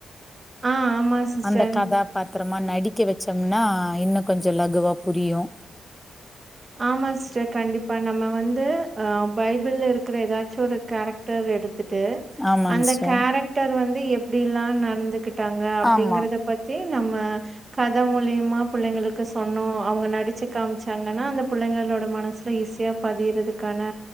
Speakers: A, on the right; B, in the centre.
A: ஆ ஆமா சிஸ்டர்
B: அந்த கதா பாத்திரமா நடிக்க வெச்சோம்னா இன்னு கொஞ்ச லகுவா புரியு
A: ஆமா சிஸ்டர் கண்டிப்பா நம்ம வந்து ஆ பைபிள்ல இருக்குற ஏதாச்சு ஒரு கேரக்டர் எடுத்து து
B: ஆமாங்க
A: அந்த
B: சிஸ்டர்
A: கேரக்டர் வந்து எப்டில்லா நடந்துகுட்டாங்க அப்டிங்கறத
B: ஆமா
A: பத் தி நம்ம கத மூலியமா பிள்ளைங்களுக்கு சொன்னோ அவங்க நடிச்சு காமிச்சாங்கன்னா அந்த பிள்ளைங்களோட மனசுல ஈஸியா பதிறதுக்கான